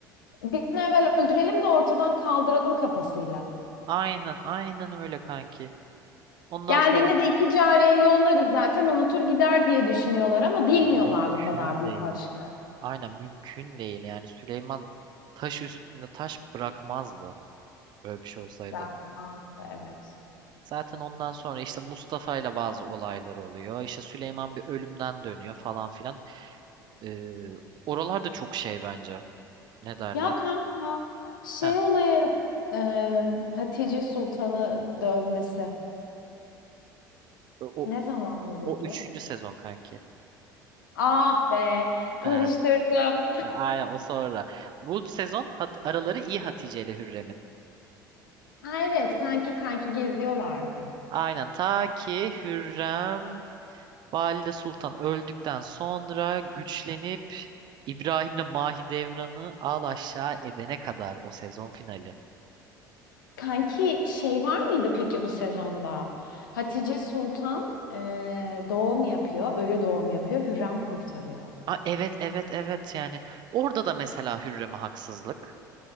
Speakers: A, on the left; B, on the right.
A: bir an evvel öldürelim de ortadan kaldıralım kafasıyla.
B: Aynen aynen öyle kanki. Ondan
A: Geldiğinde
B: sonra
A: de iki cariye yollarız zaten unutur gider diye düşünüyorlar ama bilmiyorlar
B: ya mümkün
A: bu kadar büyük
B: değil.
A: aşkı.
B: Aynen mümkün değil. Yani Süleyman taş üstünde taş bırakmazdı böyle bir şey olsaydı.
A: Bırakmaz, evet.
B: Zaten ondan sonra işte Mustafa ile bazı olaylar oluyor. İşte Süleyman bir ölümden dönüyor falan filan. Ee, oralar da çok şey bence. Ne derler?
A: Ya kanka şey
B: Heh,
A: olayı e, Hatice Sultan'ı dövmesi
B: o, o,
A: ne zaman oluyordu?
B: o üçüncü sezon kanki.
A: Ah be karıştırdım.
B: Ha, ha, aynen o sonra. Bu sezon hat- araları iyi Hatice ile Hürrem'in.
A: Ha evet kanki kanki geziyorlardı.
B: Aynen ta ki Hürrem Valide Sultan öldükten sonra güçlenip İbrahim'le Mahidevran'ı al aşağı edene kadar o sezon finali.
A: Kanki şey var mıydı peki bu sezonda? Hatice Sultan eee, doğum yapıyor, ölü doğum yapıyor, Hürrem kurtarıyor.
B: Ha, evet evet evet yani orada da mesela Hürrem'e haksızlık.